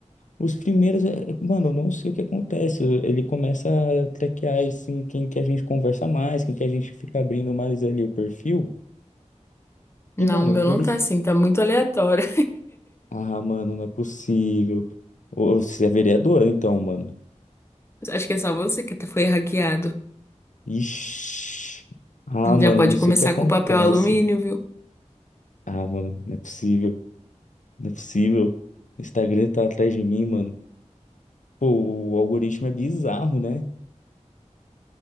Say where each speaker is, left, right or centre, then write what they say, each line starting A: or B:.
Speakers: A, on the left; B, on the left.
A: os primeiros. é- é- Mano, eu não sei o que acontece. Eu- Ele começa a traquear assim, quem que a gente conversa mais, quem que a gente fica abrindo mais ali o perfil. E,
B: Não,
A: mano,
B: o meu
A: eles.
B: não tá assim, tá muito aleatório.
A: Ah, mano, não é possível. Ô, Você é vereadora, então, mano.
B: <laughs> Acho que é só você que tá, foi hackeado.
A: Ixi. Ah, mano,
B: Já pode
A: não sei
B: começar
A: o que acontece.
B: com o papel alumínio, viu?
A: Ah, mano, não é possível. Não é possível. O Instagram tá atrás de mim, mano. Pô, o algoritmo é bizarro, né?